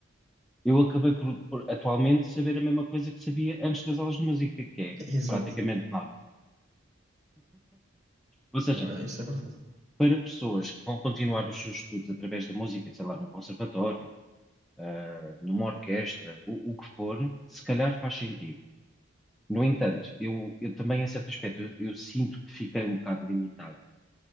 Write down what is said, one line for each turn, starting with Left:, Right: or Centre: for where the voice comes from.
Centre: Eu acabei por, por atualmente saber a mesma coisa que sabia antes das aulas de música,
Right: <laughs>
Centre: que é
Right: Exato.
Centre: praticamente nada. Ou seja,
Right: Pá, é, Isso é verdade.
Centre: para pessoas que vão continuar os seus estudos através da música, sei lá, num conservatório, ah, numa orquestra, o, o que for, se calhar faz sentido. No entanto, eu, eu também, em certo aspecto, eu, eu sinto que fiquei um bocado limitado,